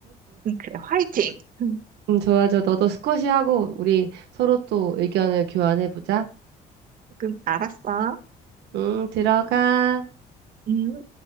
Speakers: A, on the right; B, on the right.
A: 음, 그래, 화이팅! 음,
B: 음, 좋아 너도 스쿼시 하고 우리 서로 또 의견을 교환해보자.
A: 그럼 알았어.
B: 응, 들어가.
A: 음.